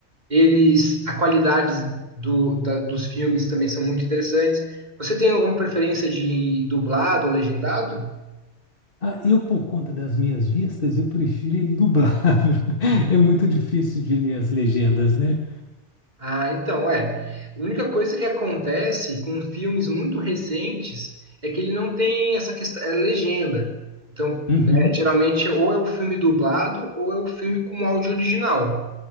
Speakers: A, on the right; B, on the left.
A: Eles, a qualidade do, da- dos filmes também são muito interessantes. Você tem alguma preferência de dublado ou legendado?
B: Ah, eu, por conta das minhas vistas, eu prefiro ele dublado. <laughs>
A: Uhum.
B: É muito difícil de ler as legendas, né?
A: Ah, então, é. A única coisa que acontece com filmes muito recentes é que ele não tem essa questão, é legenda. Então,
B: Uhum,
A: né, geralmente é ou é o filme dublado ou é o filme com áudio original.